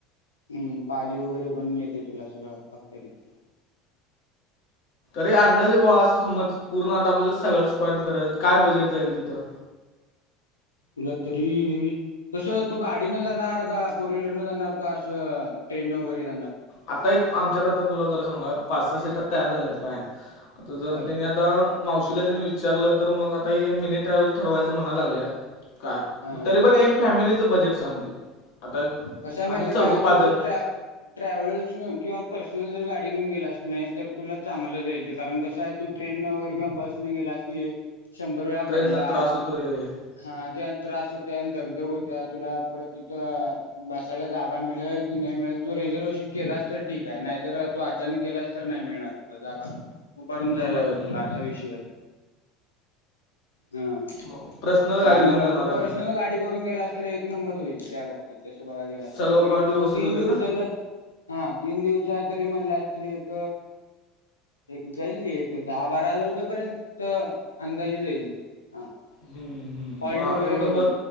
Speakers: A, on the left; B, on the left.
A: हम्म पाली वगैरे बनून येते तुला सगळं भक्त तिथे.
B: अरे अंदाजे व असं समजं पूर्ण आता आपल्याला सगळंच पॉईंट फिरायचं काय बजेट जाईल तिथं.
A: आपला तरी कसं तू गाडीनं जाणार का फोर व्हीलर न जाणार का असं ट्रेनन वगैरे. जाणार?
B: आता एक आमच्यात आता तुला खरं सांगू पाच सहा सीटात तयार झाल्यात कायं. आता जर
A: बरं
B: त्यांनी आता. मावशीला त्याने विचारलं तर मग आता हे मिनी ट्रॅव्हल ठरवायचे म्हणा लागलेत. काय
A: हा.
B: तरी पण एक फॅमिलीचं बजेट सांग तू. आता एक-
A: कशा माहिती
B: आम्ही चौघं
A: काय
B: पाच
A: तू
B: जण
A: जर ट्रॅ - ट्रॅव्हल्स किंवा पर्सनल जर गाडी घेऊन गेलास की नाही, तर तुला चांगलं जाईल. ते कारण कसं आहे तू ट्रेन- किंवा बसने गेला क शंभर वेळा
B: ट्रेननं
A: बदला
B: त्रास होतो रे
A: हा त्या त्रास येत्या आणि दग दग होत्या तुला परत तिथं. बसायला जागा मिळेल की नाही मिळेल तू रिझर्वेशन केलास तर ठीक आहे नाहीतर तू अचानक गेलास तर. नाही मिळणार तुला जागा उभारून जायला
B: होय
A: लागेल तुला असा विषय आहे. हा
B: मग पर्सनल गाडी
A: त्यामुळे
B: घेऊन जाणार
A: तू
B: आहे
A: पर्सनल
B: मी
A: गाडी करून गेलास तर एक नंबर होईल त्या- तसं बघायला गेलास
B: सगळं
A: तरी
B: पॉईंट
A: तू
B: व्यवस्थित
A: तीन
B: होतील
A: दिवसाचं.
B: ना
A: हा तीन दिवसाच तरी म्हणला तरी एक एक जाईल की एक दहा बारा हजार रुपया पर्यंत अंदाजे जाईल. हा
B: हम्म हम्म
A: फॉल्ट वगैरे
B: एवढं
A: धरून
B: बघं